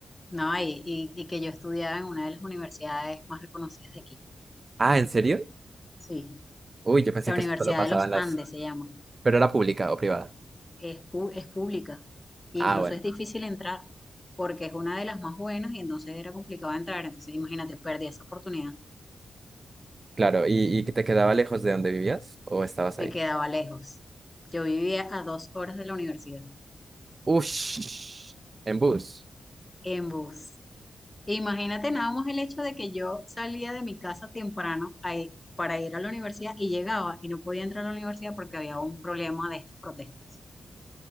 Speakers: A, on the left (about 15°); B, on the right (about 30°).
A: ¿no? Y, y, y que yo estudiaba en una de las universidades más reconocidas de aquí,
B: Ah, ¿en serio?
A: sí,
B: Uy, yo pensé
A: la
B: que
A: Universidad
B: eso solo pasaba
A: de los
B: en las...
A: Andes se llama.
B: Pero era pública o privada.
A: es, pu- es pública. E
B: Ah,
A: incluso
B: bueno.
A: es difícil entrar porque es una de las más buenas y entonces era complicado entrar. Entonces, imagínate, perdí esa oportunidad.
B: Claro, ¿y, y que te quedaba lejos de donde vivías o estabas
A: Me
B: ahí?
A: quedaba lejos. Yo vivía a dos horas de la universidad
B: Ush, en bus.
A: en bus. Imagínate nada más el hecho de que yo salía de mi casa temprano a i- para ir a la universidad y llegaba y no podía entrar a la universidad porque había un problema de estas protestas.